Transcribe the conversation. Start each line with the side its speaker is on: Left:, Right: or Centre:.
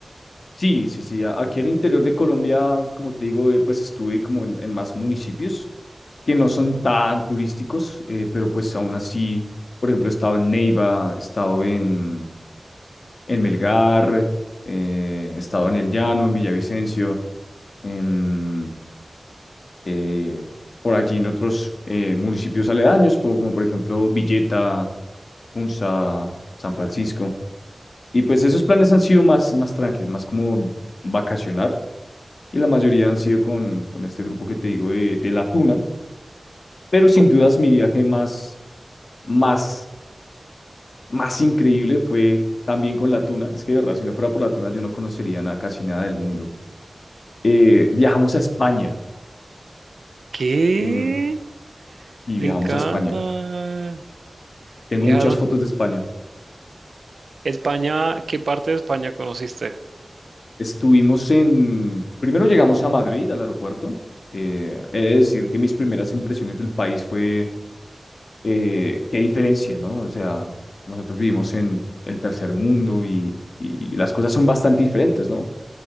Left: Sí, sí, sí. a- Aquí al interior de Colombia, como te digo, eh, pues estuve como en, en más municipios que no son tan turísticos, eh, pero pues aún así, por ejemplo, he estado en Neiva, he estado en, en Melgar, eh, he estado en El Llano, en Villavicencio, en, eh, por allí en otros eh, municipios aledaños, como, como por ejemplo Villeta, Punza, San Francisco. Y pues esos planes han sido más, más tranquilos, más como vacacionar y la mayoría han sido con, con este grupo que te digo de, de La Tuna, pero sin
Right: ¿Cómo?
Left: dudas mi viaje más, más, más increíble fue también con La Tuna, es que de verdad, si no fuera por La Tuna yo no conocería nada, casi nada del mundo. Eh, viajamos a España,
Right: ¿Qué?
Left: eh, sí,
Right: Me
Left: viajamos
Right: encanta.
Left: a España, tengo
Right: Viajaron.
Left: muchas fotos de España.
Right: España, ¿qué parte de España conociste?
Left: Estuvimos en, primero llegamos a Madrid, al aeropuerto, eh, he de decir que mis primeras impresiones del país fue eh, qué diferencia, ¿no? O sea, nosotros vivimos en el tercer mundo y, y- y las cosas son bastante diferentes, ¿no?